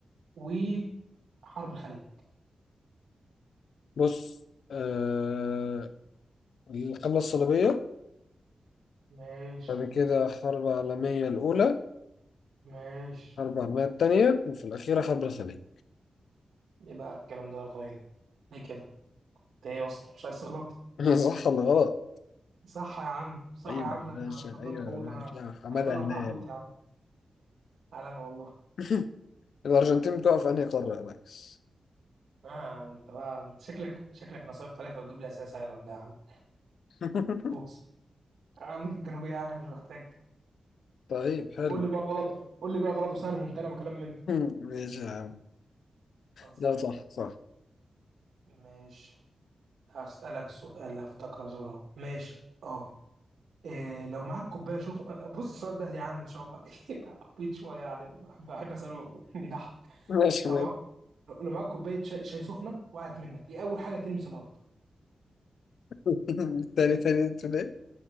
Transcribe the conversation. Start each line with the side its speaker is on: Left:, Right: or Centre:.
Right: وحرب الخليج
Left: بص آه... الحملة الصليبية
Right: ماشي
Left: بعد كده الحرب العالمية الأولى
Right: ماشي
Left: أربع مية التانية وفي الأخيرة حرب الخليج
Right: يبقى الكلام ده طيب ليه كده انت ايه اصلا مش عايز تغلط
Left: <laughs> صح ولا غلط؟
Right: صح يا عم صح
Left: أيوة
Right: يا عم
Left: يا باشا
Right: ده انت ده انت طلعت
Left: أيوة
Right: حوت
Left: يا باشا
Right: انا
Left: لا، حمادة
Right: انا بلعب
Left: هلال
Right: مع حوت يا عم علامه والله
Left: <laughs> الأرجنتين بتقع في أنهي قارة يا ريس؟
Right: اه انت بقى انت شكلك شكلك نصبت عليك فتجيب لي اسئله سهله ولا إيه يا عم
Left: <laughs>
Right: <laughs> بص امريكا الجنوبيه يعني مش محتاج
Left: طيب حلو
Right: قول لي بقى غلط قول لي بقى غلط وسهل ممتنع وكلام من ده
Left: <laughs> ماشي يا عم
Right: خلصان
Left: ده
Right: يا
Left: صح
Right: عم
Left: صح
Right: ماشي هسألك سؤال افتكر زوره ماشي اه إيه لو معاك كوبايه شخ بص السؤال ده يعني ان شاء الله <laughs> يبقى عبيط شويه يعني بحب بحب اساله <laughs> بيضحك
Left: ماشي
Right: لو
Left: ماشي
Right: معاك لو معاك كوبايه شاي, شاي سخنه وقعت منك ايه اول حاجه تلمس الارض
Left: <laughs> تاني تاني انتوا ليه؟